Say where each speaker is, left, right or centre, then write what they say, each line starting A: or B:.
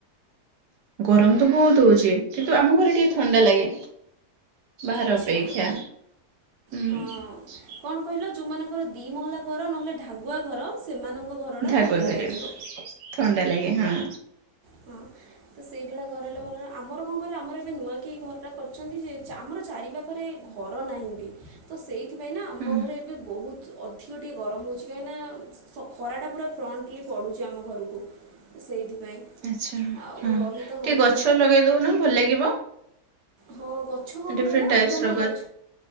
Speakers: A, on the right; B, on the right.
A: ଗରମ ତ ବହୁତ ହଉଚି କିନ୍ତୁ ଆମ ଘରେ ଟିକେ ଥଣ୍ଡା ଲାଗେ। ବାହାର
B: ଆଚ୍ଛା
A: ଅପେକ୍ଷା ହୁଁ।
B: ହଁ କଣ କହିଲ ଯୋଉମାନଙ୍କର ଦି ମହଲା ଘର ନହେଲେ ଢାାଗୁଆ ଘର ସେମାନଙ୍କ ଘରଟା
A: ଢାକୁର
B: ଥଣ୍ଡା
A: ଘର
B: ଲାଗିବ।
A: ଥଣ୍ଡା ଲାଗେ ହଁ।
B: ହଁ ତ ସେଇଭଳିଆ ଘରେ ହେଲେ ଭଲ ଆମର କଣ କହିଲେ ଆମର ଏବେ ନୂଆ କିଏ ଘରଟା କରିଛନ୍ତି ଯେ? ଆମର ଚାରିପାଖରେ ଘର ନାହିଁ ବି ତ ସେଇ ସେଇ ନାଁ ଆମ
A: ହୁଁ
B: ଘରେ ଏବେ ବହୁତ ଅଧିକ ଟିକେ ଗରମ ହଉ କାହିଁକିନା ଖରାଟା ପୁରା ଫ୍ରଣ୍ଟଲି ପଡ଼ୁଛି ଆମ ଘରକୁ ସେଇଥିପାଇଁ।
A: ଆଚ୍ଛା
B: ଆଉ
A: ହଁ
B: ରହି
A: ଟିକେ
B: ତ ହେଉନି
A: ଗଛ ଲଗେଇଦବୁ ନା ଭଲ ଲାଗିବ।
B: ହଉ। ଗଛ କଣ
A: ଡିଫରେଣ୍ଟ
B: କହିଲ
A: ଟାଇପ୍ସ
B: ଆଗରୁ ଆମର
A: ର
B: ଗଛ